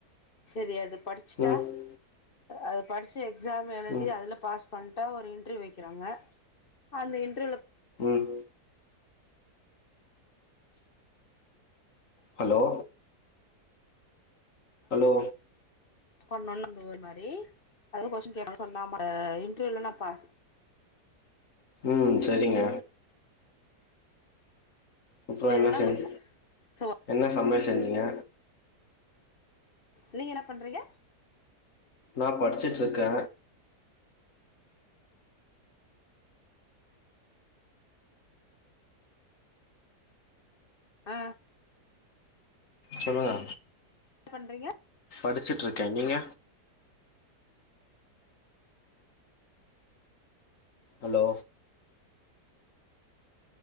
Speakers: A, on the left (about 35°); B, on the left (about 50°).
A: சரி அது படிச்சிட்டா
B: ம்
A: அத படிச்சு எக்ஸாம் எழுதி
B: ம்
A: அதுல பாஸ் பண்ட்டா ஒரு இன்டர்வியூ வெக்கறாங்க. அந்த இண்டர்வியூ
B: ம் ஹலோ ஹலோ
A: பண்ணால் ந்து ஒர் மாரி அதேல்ல கொஸின் கே அது சொன்னா இன்டர்வியூல நா பாஸ். <inaudible>
B: ம் சரிங்க. அப்புறன்னா
A: அப்டி இல்லனா
B: சரி
A: பண்ணு சோ
B: என்ன சமயல் செஞ்சிங்க
A: நீங்க என்ன பண்றீங்க
B: நா படிச்சுட்ருக்கே
A: அ
B: சொல்லுங்க
A: என்ன பண்றீங்க
B: படிச்சிட்ருக்கே நீங்க ஹலோ